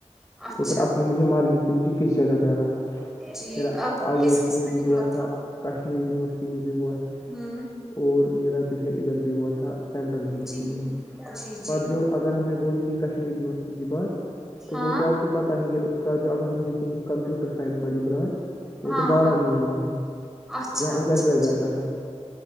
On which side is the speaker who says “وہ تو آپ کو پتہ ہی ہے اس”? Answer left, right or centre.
Left